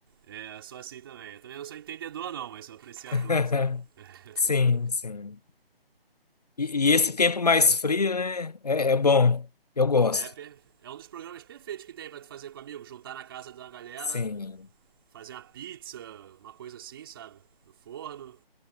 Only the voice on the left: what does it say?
<laughs>
Sim, sim. E, e esse tempo mais frio, né? É, é bom. Eu gosto.
Sim.